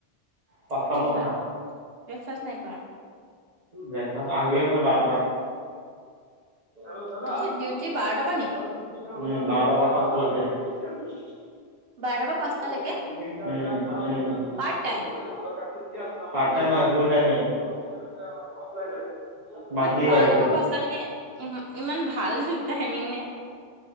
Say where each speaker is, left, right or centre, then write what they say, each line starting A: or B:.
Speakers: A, on the right (about 40°); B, on the right (about 65°).
A: পাঁচটা
B: আচ্ছা
A: মানত
B: আচ্ছা
A: খাম
B: ব্ৰেকফাষ্ট নাই কৰা
A: ব্ৰেকফাষ্ট আহৱে মই বাৰটাত উম
B: আচ্ছা ডিউটি বাৰটা পৰা নি
A: বাৰটাৰ পৰা পাঁচটালৈকে <unintelligible>
B: বাৰটাৰ পৰা পাঁচটালৈকে পাৰ্ট টাইম
A: <unintelligible> নহয় ফুল টাইমে <unintelligible> মান্থলি
B: মানে বাৰটাৰ
A: হয় এইটো।
B: বা পাঁচটালৈকে ই ইমান ভাল টাইমিং নে